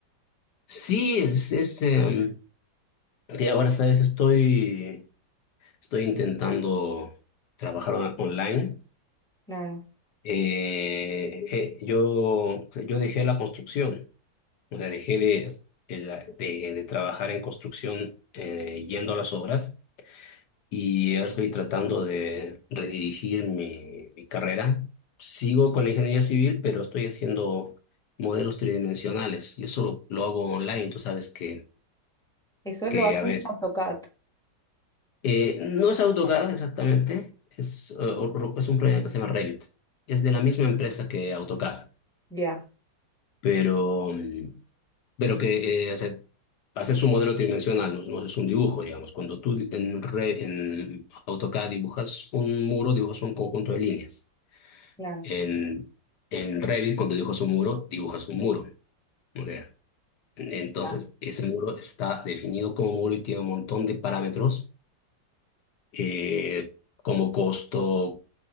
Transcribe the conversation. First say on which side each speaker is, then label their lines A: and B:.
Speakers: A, on the left (about 65°); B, in the centre.
A: Sí, es, es em, que ahora, ¿sabes? Estoy, estoy intentando trabajar on- online.
B: claro.
A: Eh, eh, yo, yo dejé la construcción, o sea, dejé de, de, la- de- de trabajar en construcción eh, yendo a las obras y ahora estoy tratando de redirigir mi, mi carrera. Sigo con la ingeniería civil, pero estoy haciendo modelos tridimensionales y eso lo, lo hago online. Tú sabes que,
B: Eso
A: que
B: lo haces
A: a
B: en
A: veces
B: AutoCAD,
A: eh, no es AutoCAD exactamente, es, eh, otro- es un proyecto que se llama Revit. Es de la misma empresa que AutoCAD,
B: ya,
A: pero, mm, pero que eh, hace, hace su modelo tridimensional, no, no es un dibujo, digamos. Cuando tú di- en, Re- en AutoCAD dibujas un muro, dibujas un conjunto de líneas.
B: claro.
A: En, en Revit, cuando dibujas un muro, dibujas un muro. O sea, entonces,
B: ya.
A: ese muro está definido como muro y tiene un montón de parámetros, eh, como costo